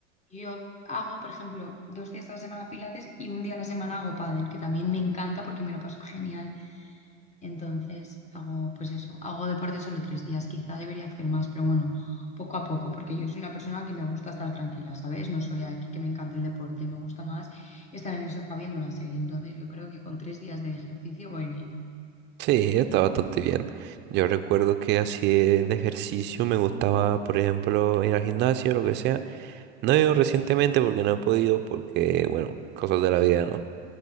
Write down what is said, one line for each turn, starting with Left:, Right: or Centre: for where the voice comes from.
Left: yo hago, por ejemplo, dos días a la semana Pilates y un día a la semana hago pádel, que también me encanta porque me lo paso genial. Entonces hago, pues eso, hago deporte solo tres días, quizá debería hacer más, pero bueno, poco a poco, porque yo soy una persona que me gusta estar tranquila, ¿sabes? No soy aquí que me encanta el deporte, me gusta más estar en el sofá viendo una serie, entonces yo creo que con tres días de ejercicio voy bien.
Right: Sí, está bastante bien. Yo recuerdo que así de, de ejercicio me gustaba, por ejemplo, ir al gimnasio, lo que sea. No he ido recientemente porque no he podido, porque, bueno, cosas de la vida, ¿no?